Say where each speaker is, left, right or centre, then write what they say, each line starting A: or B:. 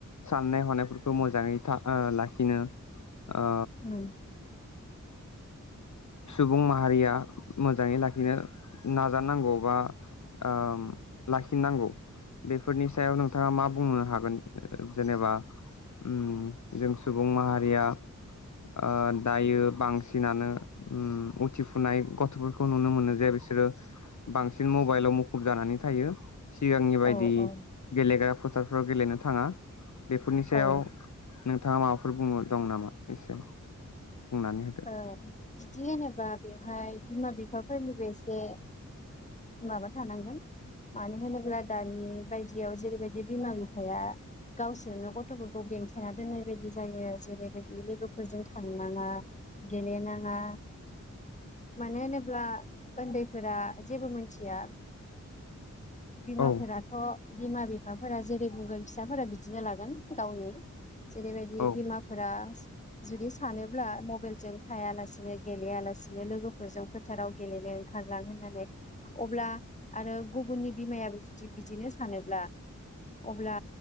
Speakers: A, on the left; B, on the left.
A: साननाय हनायफोरखौ मोजाङै था ओ लाखिनो आ
B: उम
A: सुबुं माहारिया मोजाङै लाखिनो नाजानांगौ बा ओ लाखिनांगौ बेफ फोरनि सायाव नोंथाङा मा बुंनो हागोन ओ जेनेबा उम जों सुबुं माहारिया आ दायो बांसिनानो उम उथिफुनाय गथ'फोरखौ नुनो मोनो जे बिसोरो बांसिन मबाइलाव मुखुब जानानै थायो सिगांनि बायदि
B: औ औ
A: गेलेग्रा फो थारफ्राव गेलेनो थाङा बेफोरनि सायाव
B: औ ओ
A: नो थाङा माबाफोर बुंनो दं नामा एसे बुंनानै होदो
B: ओ बिदि होबा बेवहाय बिमा बिफाफोरनिबो एसे माबा थानांगोन। मानो होनोब्ला दानि बायदियाव जेरैबायदि बिमा बिफाया गावसोरनो गथफोरखौ बेंथेना दोननाय बायदि जायो। जेरैबायदि लोगोफोरजों थांनाङा गेलेनाङा मानो होनोब्ला ओन्दैफोरा जेबो मोनथिया बिमाफोराथ'
A: औ
B: बिमा बिफाफोरा जेरै बुंगोन फिसाफोरा बिदिनो लागोन गावनि जेरैबायदि
A: औ
B: बिमाफोरा जुदि सानोब्ला मबेल जों थायालासेनो गेलेया लासिनो लोगोफोरजों फोथाराव गेलेनो ओंखारलां होननानै अब्ला आरो गुबुननि बिमायाबो जुदि बिदिनो सानोब्ला अब्ला